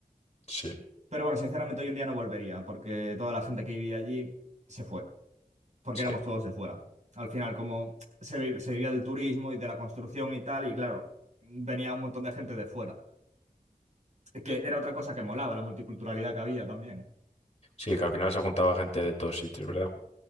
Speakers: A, on the left; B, on the right.
A: Sí,
B: Pero bueno, sinceramente hoy en día no volvería, porque toda la gente que vivía allí se fue, porque
A: sí.
B: éramos todos de fuera. Al final, como se, vi- se vivía del turismo y de la construcción y tal, y claro, venía un montón de gente de fuera. Que era otra cosa que molaba, la multiculturalidad que había también.
A: Sí, que al final se juntaba gente de todos sitios, ¿verdad?